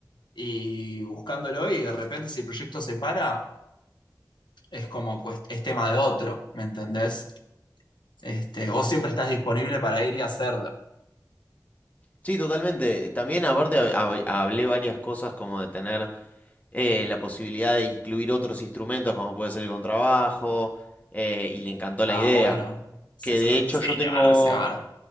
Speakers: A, on the left; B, on the left.
A: y buscándolo, y de repente si el proyecto se para, es como cuest- es tema de otro, ¿me entendés? Este, vos siempre estás disponible para ir y hacerlo.
B: Sí, totalmente. Eh, También aparte hab- hab- hablé varias cosas como de tener eh, la posibilidad de incluir otros instrumentos como puede ser el contrabajo eh, y le encantó
A: Ah,
B: la idea.
A: bueno, se
B: Que
A: sabe-
B: de hecho
A: sí,
B: yo tengo...
A: le va a reservar.